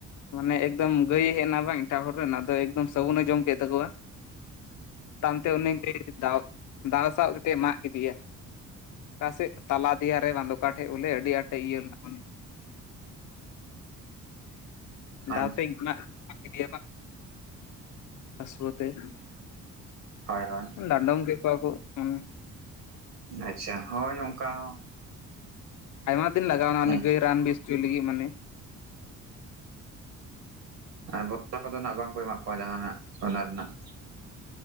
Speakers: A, on the left; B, on the right.
A: ᱢᱟᱱᱮ ᱮᱠᱫᱚᱢ ᱜᱟᱹᱭ ᱦᱮᱡ ᱮᱱᱟ ᱵᱟᱝ ᱮᱴᱟᱜ ᱦᱚᱲ ᱨᱮᱱ ᱮᱠᱫᱚᱢ ᱥᱟᱵᱩᱱᱮ ᱡᱚᱢ ᱠᱮᱫ ᱛᱟᱠᱚᱣᱟ, ᱛᱟᱭᱚᱢᱛᱮ ᱩᱱᱤ ᱫᱚᱣ ᱫᱟᱞ, ᱫᱟᱞ ᱥᱟᱵ ᱠᱟᱛᱮᱫ ᱢᱟᱜ ᱠᱮᱫᱮᱭᱟ, ᱚᱠᱟᱥᱮᱫ ᱛᱟᱞᱟ ᱫᱮᱤᱭᱟᱨᱮ ᱵᱟᱝᱫᱚ ᱚᱠᱟ ᱴᱷᱮᱡ ᱵᱚᱞᱮ ᱟᱹᱰᱤ ᱟᱸᱴᱮ ᱤᱭᱟᱹ ᱞᱮᱱᱟ ᱢᱟᱱᱮ
B: ᱦᱚᱸ
A: ᱫᱟᱣ ᱛᱮᱧ ᱢᱟᱜ ᱠᱮᱫᱮᱭᱟ ᱵᱟᱝ <inaudible> ᱦᱟᱹᱥᱩᱣᱟᱹ ᱛᱮ ᱾ <inaudible>
B: ᱦᱳᱭ ᱦᱳᱭ
A: ᱰᱟᱸᱰᱚᱢ ᱠᱮᱫ ᱠᱚᱣᱟ ᱠᱚ ᱢᱟᱱᱮ᱾
B: ᱟᱪᱪᱷᱟ ᱦᱳᱭ ᱚᱱᱠᱟ ᱦᱚᱸ
A: ᱟᱭᱢᱟ ᱫᱤᱱ ᱞᱟᱜᱟᱣᱮᱱᱟ ᱩᱱᱤ
B: ᱦᱮᱸ
A: ᱜᱟᱹᱭ ᱨᱟᱱ ᱵᱮᱥ ᱚᱪᱚᱭ ᱞᱟᱹᱜᱤᱜ ᱢᱟᱱᱮ
B: ᱟᱨ ᱫᱚᱠᱛᱟ ᱠᱚᱫᱚ ᱱᱟᱜ ᱵᱟᱝ ᱠᱚ ᱮᱢᱟ ᱠᱚᱣᱟ ᱡᱟᱦᱟᱸᱱᱟᱜ ᱚᱱᱟ ᱨᱮᱱᱟᱜ,